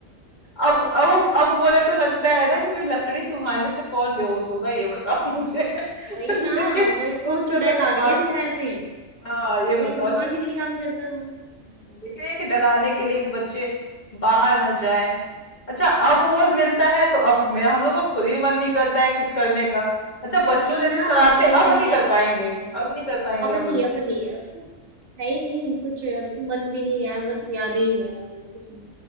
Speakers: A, on the left; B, on the right.
A: अब अब अब बोले तो लगता है ना कि भाई लकड़ी सुंघाने से कौन बेहोश होगा ये बताओ मुझे <laughs>
B: वही ना
A: लेकिन
B: वही कौन
A: उस
B: चुड़ैल
A: समय
B: आ
A: दिमाग
B: रही है दोपहर
A: के
B: में
A: हाँ ये
B: वही
A: बताओ
B: दिमाग ही नहीं काम करता था
A: हम्म, देखिए कि डराने के लिए कि बच्चे बाहर न जाएं अच्छा अब वो मिलता है तो अब मेरा हम लोग का खुद ही मन नहीं करता है कुछ करने का अच्छा बच्चों
B: वही
A: जैसे
B: ना
A: शरारते
B: अब बोलते
A: अब
B: हैं
A: नहीं कर पाएंगे अब नहीं कर पाएंगे
B: अब
A: हम
B: नहीं
A: लोग
B: अब नहीं अब तो है ही नहीं कुछ अब तो मन भी नहीं है बस यादें ही है और कुछ नहीं